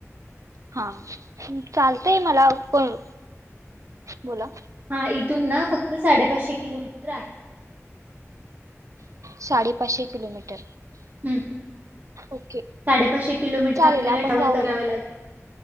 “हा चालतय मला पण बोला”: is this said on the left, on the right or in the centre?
Right